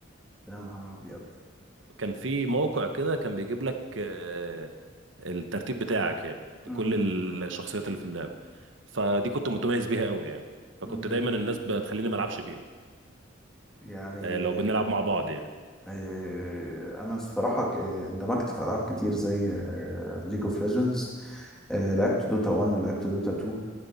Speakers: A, in the centre; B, on the right (about 65°).
A: يا نهار ابيض
B: كان في موقع كده كان بيجيب لك آه، الترتيب بتاعك يعني بكل
A: مم،
B: الشخصيات اللي في اللعب فدي كنت متميز بيها قوي يعني فكنت
A: مم.
B: دايما الناس بتخليني ما العبش بيها
A: يعني
B: آه، لو بنلعب مع بعض يعني
A: آه، انا الصراحه ك- آه، اندمجت في العاب كتير زي ليج اوف ليجندز لعبت دوتا 1 لعبت دوتا 2